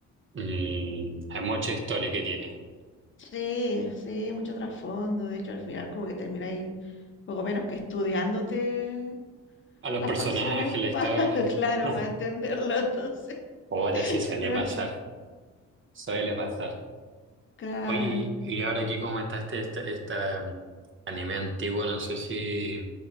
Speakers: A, on the right (about 40°); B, on the left (about 40°).
A: Mm, hay mucha historia que tiene.
B: Sí, sí, mucho trasfondo. De hecho, al final como que termináis poco menos que estudiándote
A: A los
B: las
A: personajes,
B: facciones
A: la historia.
B: para, <laughs> claro,
A: <laughs>
B: para entenderlo. Entonces,
A: Ahora
B: <laughs>
A: sí suele
B: no.
A: pasar. Suele pasar.
B: claro.
A: Oye, y y ahora que comentaste este, este um, anime antiguo, no sé si...